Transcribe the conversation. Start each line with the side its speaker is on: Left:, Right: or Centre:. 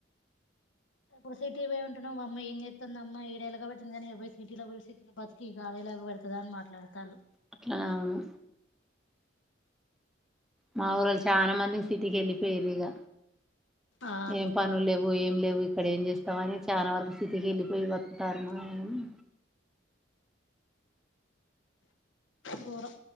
Left: ఇప్పుడు సిటీ పోయి ఉంటున్నాం అమ్మ ఏం చేస్తుంది అమ్మ ఈడేలాగా పెడుతుంది కాని పోయి సిటీలో పో సిటీలో బతికి కాడేలా పెడతు అని మాట్లాతండ్రు
Centre: అట్లా అవును మా ఊరోళ్ళు చాలా మందికి సిటీకి వెళ్ళిపోయారు ఇక
Left: ఆ
Centre: ఏం పనులు లేవు ఏం లేవు ఇక్కడ ఏం చేస్తామని చాలా వరకు సిటీకి వెళ్ళిపోయి వాళ్ళు కర్మ
Left: ఆ
Centre: అని
Left: గోరం